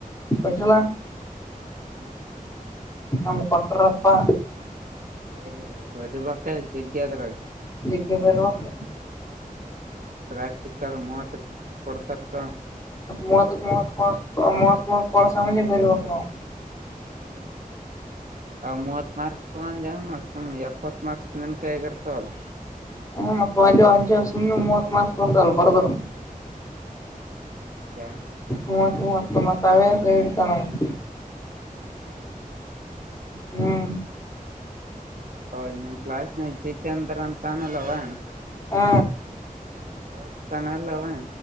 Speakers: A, on the left; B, on the right.
A: ಕೊಟಿಲ್ಲ
B: ಹ್ಞೂ ಹ್ಞೂ
A: ನಮ್ ಕೊಟ್ರಪ್ಪಾ
B: ಬರಿ ಬರಿಬೇಕ ಜೋಗ್ಗ ಆದಾ ಅದ್ರಾಗ್
A: ಜಾಗಿ ಬರಿಬೇಕ್
B: ಹ್ಮ್ ಹ್ಮ್ ಪ್ರಾಕ್ಟಿಕಲ್ ಮುವತ್ ಕ ಮುವಾತ ಕೂಡತಾರ್ ತಗೊ
A: ಮತ್ತ ಮೂವತ್ ಮವತ್ ಮೂತ್ ಮುವತಾ ಕೊಡ ಸಂಬಂದೇ ಬರಬೇಕ್ ನಾವು
B: ಹ್ಮ್ ಅವು ಮುವತಾ ಮರ್ಸ್ತ ತೊಂದ್ಯ ಏನ ಮತ ಎಪ್ಪತ್ ಮರ್ಸನ್ ಕೈದಾಗಾ ಇರ್ತಾವ ಅಲ್ಲ
A: ಹ ಮತ್ತ ಅಜ ಅಜ ಸುಮ್ನೆ ಮೂವತ್ ಮಾನ್ಸ ಬರ್ದಲ್ ಬರ್ದ್ರ
B: ಹಂಗ ಅಂತ್ಯಾ
A: ಮೂವತ್ತು ಮೂವತ್ತ ಮಾತ ಅವ್ವೆ ಕೈ ಗಿಡಿತಾವ ನಮ್ಗೆ
B: ಹ್ಮ್ಮ್ ಹ್ಮ್ಮ್
A: ಹ್ಮ
B: ಹೌದ್ ನಿಮ್ ಕ್ಲಾಸ್ ನೈಟ್ ಜಿತೆಂದ್ರ ಅಂತ ಅನಅಲ್ಲವಾ
A: ಹಾ
B: ಹೊದುಸ್ತನಲ್ಲವ್ವ